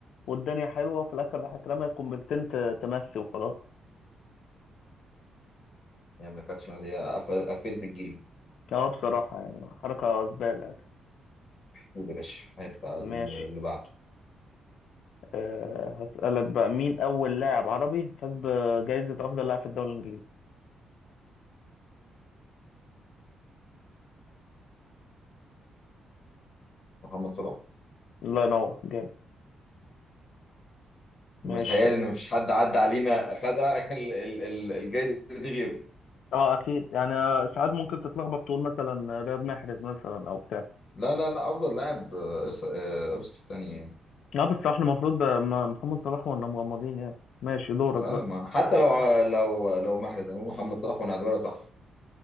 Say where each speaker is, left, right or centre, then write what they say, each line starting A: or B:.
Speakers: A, on the left (about 75°); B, on the left (about 40°).
A: والدنيا حلوه وفي الاخر راحت رمى قنبلتين ت- تمسي وخلاص
B: هي ما كانتش هي قفل- قفلت الجيم
A: اه بصراحه يعني حركه زباله يعني.
B: قول يا باشا هات بقى اللي
A: ماشي
B: بعده
A: أه هسألك بقى مين أول لاعب عربي فاز بجائزة أفضل لاعب في الدوري الإنجليزي؟
B: محمد صلاح
A: الله ينور جامد ماشي
B: متهيألي ان مفيش حد عدى علينا خد <laughs> ال- ال- ال- الجايزه دي غيره
A: اه اكيد يعني ساعات ممكن تتلخبط تقول مثلا رياض محرز مثلا او بتاع
B: لا لا لا افضل لاعب آه، إس- آه، قفص تاني يعني
A: اه بس احنا المفروض ده م- محمد صلاح وانا مغمضين يعني ماشي دورك
B: اه
A: بقى
B: ما حتى لو ع- لو لو محرز يعني محمد صلاح ونعتبرها صح